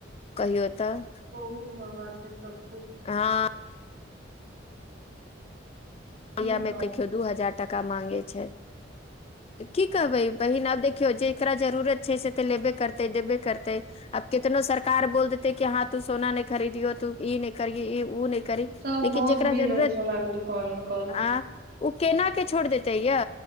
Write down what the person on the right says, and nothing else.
बहुत मगा छै सबकुछ
की
कहब
सब
बहुत
भीड़
रहे सोना के दुकान मे कल